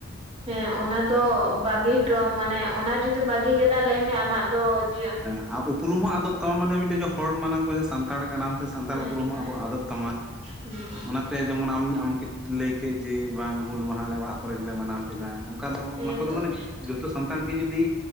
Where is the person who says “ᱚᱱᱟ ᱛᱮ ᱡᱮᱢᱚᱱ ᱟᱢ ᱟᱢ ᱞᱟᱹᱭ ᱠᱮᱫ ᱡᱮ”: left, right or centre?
Centre